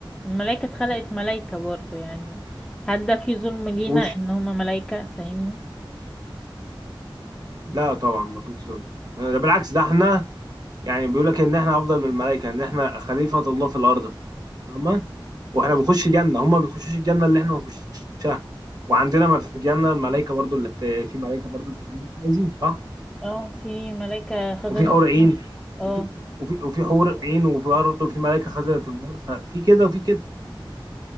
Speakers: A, in the centre; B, on the right (about 50°).
A: الملايكة اتخلقت ملايكة برضو يعني هل ده فيه ظلم لينا
B: وش
A: ان هما ملايكة فاهمني
B: لا طبعا ما فيش ظلم ده بالعكس ده احنا يعني بيقول لك ان احنا افضل من الملائكه ان احنا خليفه الله في الارض فاهمه واحنا بنخش جنه هم ما بيخشوش الجنه اللي احنا بنخشها وعندنا ما في الجنه الملائكه برضو اللي بت... في ملائكه برضو بتعمل اللي احنا عايزينه صح
A: اه في ملايكة خزنة
B: وفي حور
A: النار
B: عين
A: اه
B: وفي وفي وفي حور عين وفي برضه في ملائكه خزنه النار ففي كده وفي كده